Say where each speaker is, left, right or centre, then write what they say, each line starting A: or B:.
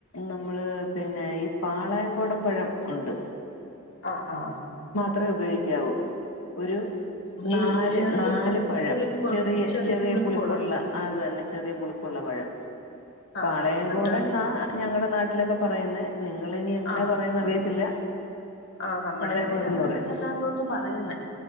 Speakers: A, on the left (about 70°); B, on the left (about 55°).
A: നമ്മൾ പിന്നെ പാളയംകോടൻ പഴം ഉണ്ട്.
B: ആ ആ.
A: ത്രെപയോഗിക്കാവൂ. ഒരു നാല്
B: ഈ ചെറിയ
A: നാല് പഴം.
B: പുളിപ്പ്
A: ചെറിയ ചെറിയ
B: പുളിപ്പുള്
A: പുളിപ്പുള്ളഅതന്നെ ചെറിയപുളിപുള്ള പഴം
B: ആഹ്
A: പാലെയൻകുടന്ന
B: ആഹ് എന്നിട്ട്
A: ഞങ്ങടെ നാ വീട്ടിലൊക്കെ പറയുന്ന നിങ്ങളിനി എങ്ങനെ
B: ആഹ്
A: പറയന്ന അറിയത്തില്ല
B: ആഹ് നമ്മുടെ
A: പാളയംകോടന്നറയും,
B: ഇവിടെ അങ്ങനെയൊക്കെ തന്നാന്ന് തോന്നുന്നു പറയുന്നേ